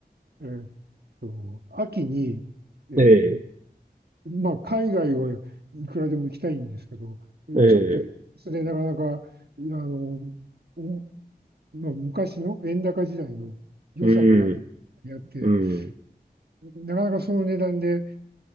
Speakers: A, on the right (about 75°); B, on the right (about 50°).
A: えーっと、秋に、えー
B: ええ、
A: まあ、海外はいくらでも行きたいんですけど、
B: ええ、
A: ちょっと、それなかなか、あの、おまあ、昔の円高時代の予算があっ
B: うん、
A: て、
B: うん、
A: なかなかその値段で